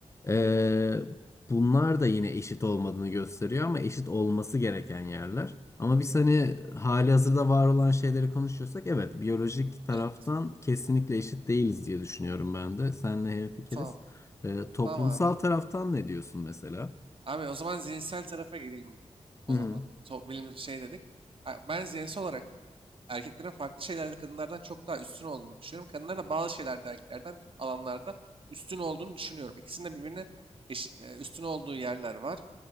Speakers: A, on the left; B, on the right.
A: Ee, bunlar da yine eşit olmadığını gösteriyor ama eşit olması gereken yerler. Ama biz hani halihazırda var olan şeyleri konuşuyorsak evet biyolojik taraftan
B: Evet.
A: kesinlikle eşit değiliz diye düşünüyorum ben de. Seninle hemfikiriz.
B: Tamam.
A: Ee, toplumsal
B: Tamam abi.
A: taraftan ne diyorsun mesela?
B: Abi o zaman zihinsel tarafa gireyim bir. de. O
A: Hı
B: zaman.
A: hı.
B: So, bilim şey dedik. Ha, Ben zihinsel olarak da erkeklerin farklı şeylerde kadınlardan çok daha üstün olduğunu düşünüyorum. Kadınların da bazı şeylerde erkeklerden alanlarda üstün olduğunu düşünüyorum. İkisinin de birbirine eş- e, üstün olduğu yerler var.